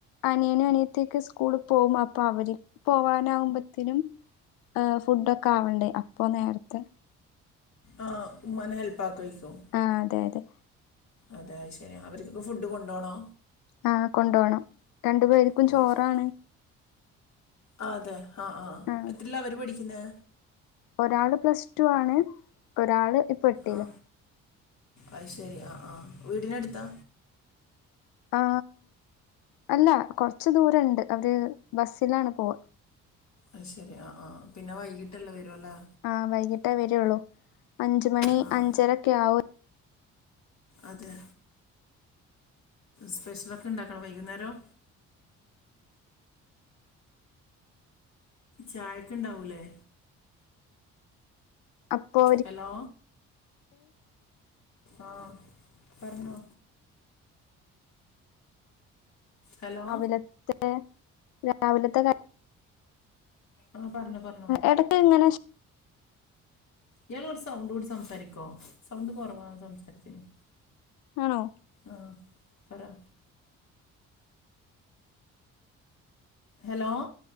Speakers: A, on the left (about 75°); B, on the left (about 50°).
A: അനിയന അനിയത്തേകെ സ്കൂൾ സ്കൂൾ പോകും അപ്പൊ അവര് പോവാനാകുമ്പോതിനും. അ ഹ് ഫുഡ് ഒക്കെ ആവണ്ടേ അപ്പോ നേരത്തെ
B: ആ ഉമ്മാനെ ഹെൽപ്പ ആകോയ്കും.
A: ആ അതെ അതെ.
B: അതെ ശരി അവർക്കൊക്കെ ഫുഡ് കൊണ്ടുോണോ?
A: ആ കൊണ്ടോണം രണ്ടു പേർക്കും
B: ഓ
A: ചോറാണ്.
B: അത് ശരി ആ അതെ ആഹ ആഹ
A: ആഹ്
B: എത്രിലാ അവര് പഠിക്കുന്നെ?
A: ഒരാള് പ്ലസ് ടു ആണ് ഒരാള് എട്ടിലും
B: ആ അ ശരി ആ ആഹ് വീടിന അടുത്താ?
A: ആ അല്ല കുറച്ച് ദൂരംണ്ട് അവര് ബസ്സിലാണ് പോവാ.
B: ആ ശരി ആ ആ പിന്നെ വൈകിട്ടല്ല വരുല്ലെ?
A: ആ വൈകിട്ടേ വരുള്ളൂ അഞ്ചു മണി
B: ആ ആ
A: അഞ്ചരക്കെ ആവും.
B: അതെ. സ്പെഷ്യലൊക്കെ ഉണ്ടാക്കണോ വൈകുന്നേരം. ചായക്കണ്ടാവൂല്ലേ?
A: അപ്പോ
B: ഹലോ ആ പറഞ്ഞോ. ഹലോ
A: രാവിലത്തെ രാവിലത്തെ ക
B: ആഹ പറഞ്ഞോ പറഞ്ഞോ.
A: എടക്ക് ഇങ്ങനെ
B: ഇയാൾകുറച്ചു സൗണ്ട് കൂട്ടി സംസാരിക്കോ സൗണ്ട് കുറവാ സംസാരിചീനെ.
A: ആണോ?
B: ആ പറാ. ഹലോ?